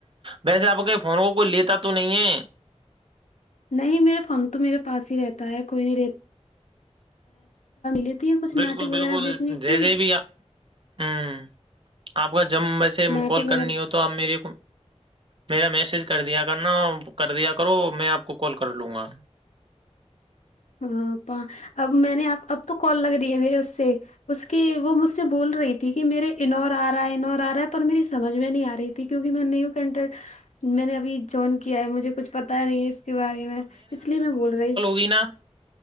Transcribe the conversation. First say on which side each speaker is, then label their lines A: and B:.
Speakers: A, on the right; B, on the left.
A: ویسے آپ کے فون کو کوئی لیتا تو نہیں ہے
B: نہیں میرے فون تو میرے پاس ہی رہتا ہے کوئی نہیں رہ لیتی ہیں کچھ
A: بالکل
B: ناٹک
A: بالکل
B: وغیرہ دیکھنے کے
A: جیسے
B: لیے
A: بھی آ- ہوں آپ کا جب میں سے
B: ناٹک
A: کال
B: وغیرہ
A: کرنی ہو تو آپ میری میرا میسج کر دیا کرنا کر دیا کرو میں آپ کو کال کر لوں گا
B: ہاں اب میں نے اب تو کال لگ رہی ہے میرے اس سے اس کی وہ مجھ سے بول رہی تھی کہ میرے انور آ رہا ہے انور آ رہا ہے پر میری سمجھ میں نہیں آ رہی تھی کیونکہ میں نہیں ہوں کنٹر میں نے ابھی جوائن کیا ہے مجھے کچھ پتا نہیں ہے اس کے بارے میں اس لیے میں بول رہی
A: ئی نا